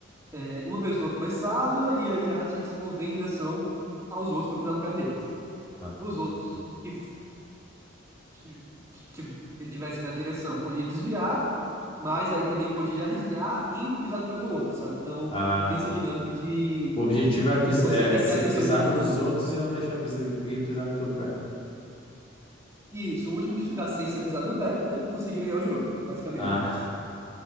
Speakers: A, on the right; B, on the left.
A: é, uma pessoa começava e aí ela tinha que se mover em direção aos outros pra pisar no pé deles.
B: ah.
A: Os outros. que que tiv- ele tivesse na direção. Podia desviar, mas aí também podia já desviar indo pisar no pé do outro, sabe? Então
B: Ah.
A: tem essa dinâmica de
B: O objetivo
A: é,
B: é, pis...
A: você
B: é
A: ter
B: ser-
A: que ter atenção
B: pisar
A: em todo
B: no
A: mundo.
B: dos outros e não deixar pis... ninguém pisar no teu pé.
A: Isso, o último que ficasse sem ser pisado no pé, né? Conseguia ganhar o jogo, basicamente
B: Ah,
A: ali.